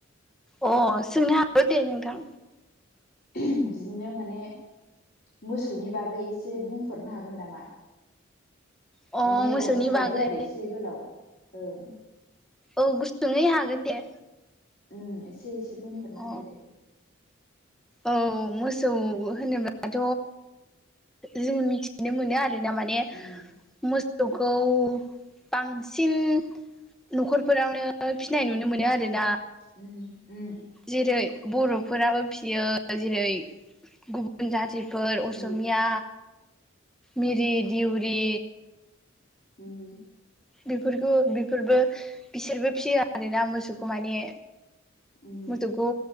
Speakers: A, in the centre; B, on the left (about 50°).
A: अ सोंनो हागौ दे नोंथां
B: बिदिनो माने मोसौनि बागै एसे बुंफोररनो हागोन नामा
A: अ
B: बेै
A: मोसौनि
B: रनसाय बायदि
A: बागै
B: आरो एसे गोलाव ओं
A: औ गुसुङै हागोन दे
B: उम एसे एसे बुंफोरना
A: अ
B: होदो दे
A: औ मोसौ होनोब्लाथ' जों मिथिनो मोनो आरो दा माने
B: उम
A: मोसौखौ बांसिन न'खरफोरावनो फिनाय नुनो मोनो आरो ना
B: उम उम
A: जेरै बर'फोराबो फियो जेरै गुबुन जाथि बे फोर असमिया
B: औ
A: मिरि दिउरि
B: उम
A: बेफोरखौ बेफोरबो बिसोरबो फिया आरोना मोसौखौ माने
B: उम
A: मथौ खौ